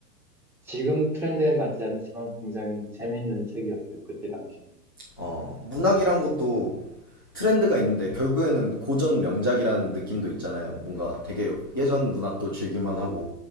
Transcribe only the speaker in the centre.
지금 트렌드에 맞지 않지만 굉장히 재밌는 책이었어요. 그때 당시에